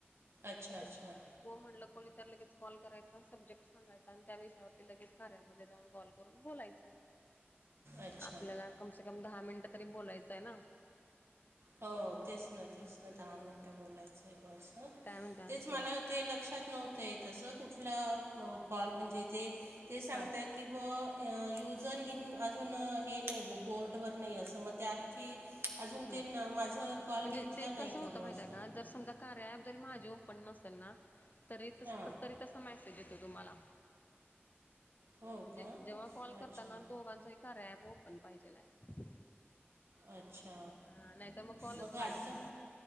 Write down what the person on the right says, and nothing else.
अच्छा
अच्छा
अच्छा
हो तेच ना तेच ना
दहा मिनटं बोलायचं आहे. बसं
तेच मला ते लक्षात नव्हतय तस कुठला कॉल म्हणजे ते ते सांगता
ये की ब युजर इन अजून हे नाही मग बोर्डवर नाही असं मग त्यार्थी अजून
ते न माझ कॉल
घेतला
नाही
का बास
हां
हो
का
अच्छा
अच्छा!
मग
आता